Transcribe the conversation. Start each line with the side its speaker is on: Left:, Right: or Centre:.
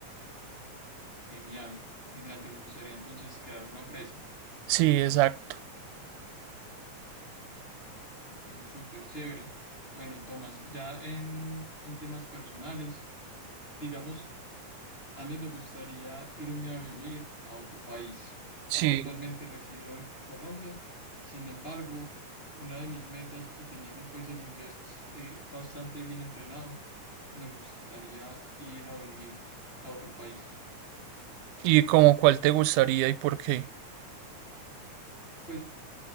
Left: Genial, genial. ¿Te gustaría entonces crear una empresa?
Right: Sí, exacto.
Left: Bueno, súper chévere. Bueno, Tomás, ya en, en temas personales. Digamos, a mí me gustaría irme a vivir a otro país.
Right: Sí.
Left: Yo actualmente resido en Colombia, sin embargo, una de mis metas y teniendo pues el inglés eh, bastante bien entrenado, me gustaría ir a vivir a otro país.
Right: ¿Y como cuál te gustaría y por qué?
Left: Pues